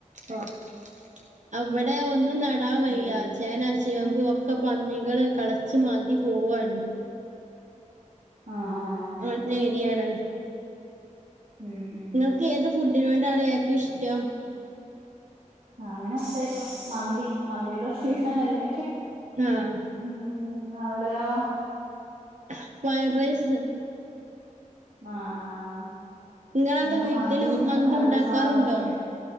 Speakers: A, on the right; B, on the right.
A: ഓഹ് അവിടെ ഒന്നും നടാ വയ്യാ.
B: ഉം
A: ചേന ചേമ്പ് ഒക്കെ പന്നികള് കളച്ച് മാന്തി പോവാണ്.
B: ആഹ്.
A: <unintelligible> ൻ ഏര്യാണ്.
B: ഉം ഉം
A: ഇങ്ങൾക്ക് ഏത് ഫുഡിനോടാണ് ഏറ്റവും ഇഷ്ടം.
B: അങ്ങനെ വെച്ചാ ഇപ്പ മന്തി മന്തീടെ സീസണെല്ലേ.
A: ഞാഹ്
B: ഉം ഔടെയോ
A: ഹ ഫൈഡ്രയ്സ്.
B: ആ ആഹ്
A: നിങ്ങളവിടെ
B: ഇവടെ
A: വീട്ടിലും
B: മന്തിം
A: മന്തി
B: അൽഫാമും
A: ഉണ്ടാക്കാറുണ്ടോ
B: ഒക്കെ